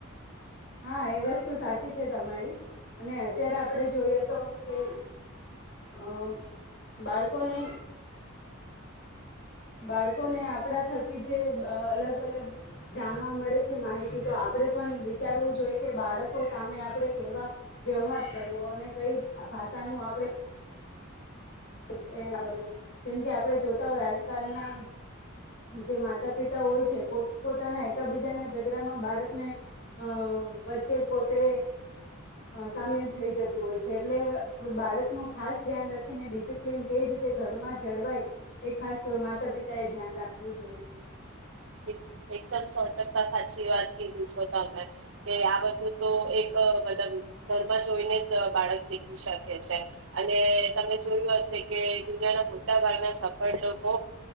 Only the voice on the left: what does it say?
હા, એ વસ્તુ સાચી સાચી છે તમારી અને અત્યારે આપણે જોઈએ તો કે, અ બાળકોને બાળકોને આપણા થકી જે બ અલગ-અલગ જાણવા મળે છે માહિતી તો આપણે પણ વિચારવું જોઈએ કે, બાળકો સામે આપડણે કેવા વ્યવહાર કરવો? અને કઈ ભાષાનું આપણે એ કરવો. જેમ કે, આપણે જોતા હોય આજકાલના જે માતા પિતા હોય છે પોત-પોતાના એકબીજાના ઝઘડામાં બાળકને અ વચ્ચે પોતે અ સામેલ થઈ જતું હોય છે એટલે બાળકનું ખાસ ધ્યાન રાખીને ડિસપ્ પીલીન કઈ રીતે ઘરમાં જળવાય એ ખાસ માતા-પિતા એ ધ્યાન રાખવું જોઈએ.